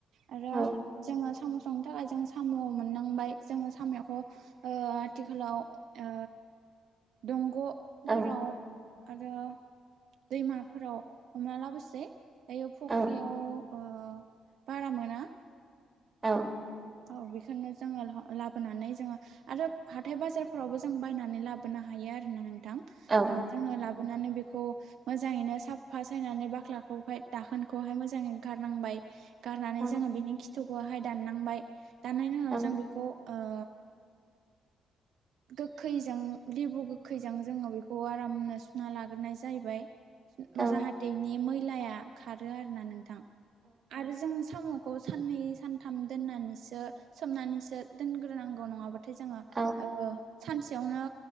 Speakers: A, on the right (about 70°); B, on the right (about 30°).
A: आरो
B: औ
A: जोङो साम' संनो थाखाय जों साम' मोननांबाय जोङो साम'खौ आथिखालाव ओ दंग'
B: औ
A: फोराव आरो दैमाफोराव हमना लाबोसै। दायो फुख्रियाव
B: औ
A: ओ बारा मोना।
B: औ।
A: औ बेखौनो जोङो लाबोनानै जोङो आरो हाथाय बाजारफोरावबो जों बायनानै लाबोनो हा हायो आरो ना नोंथां
B: औ
A: ओ जोंओ लाबोनानै बे खौ मोजाङैनो साफा सायनानै बाख्लाखौहाय दाखोनखौहाय मोजाङै गारनांबाय गारनानै
B: औ
A: जोङो बिनि खिथुखौहाय दाननांबाय दाननायनि उनाव
B: औ
A: जों बेखौ ओ
B: <inaudible>
A: गोखैजों लेबु गोखैजों जोङो बेखौ आरामनो सुना लाग्रोनाय जाहैबाय।
B: औ
A: जाहाथे इनि मैलाया खारो आरो ना नोंथां आरो जों साम'खौ साननै सानथाम दोननानैसो सोमनानैसो दोनग्रोनांगौ। नङाबा थाय जोङो
B: औ
A: ओ सानसेयावनो